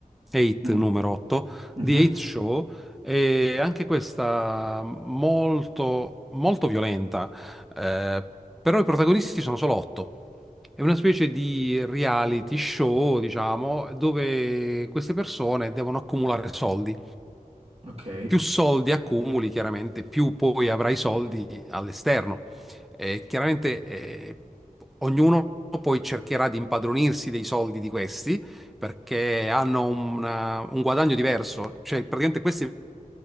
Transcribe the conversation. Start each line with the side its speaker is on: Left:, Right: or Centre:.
Centre: 8
Right: Mm.
Centre: numero 8,
Right: Mhm.
Centre: The Eight Show, è anche questa molto, molto violenta, eh, però i protagonisti sono solo otto. È una specie di reality show, diciamo, dove queste persone devono accumulare soldi
Right: Ok.
Centre: più soldi accumuli, chiaramente, più poi avrai soldi all'esterno. Eh, chiaramente eh, ognuno poi cercherà di impadronirsi dei soldi di questi perché hanno una- un guadagno diverso, cioè praticamente questi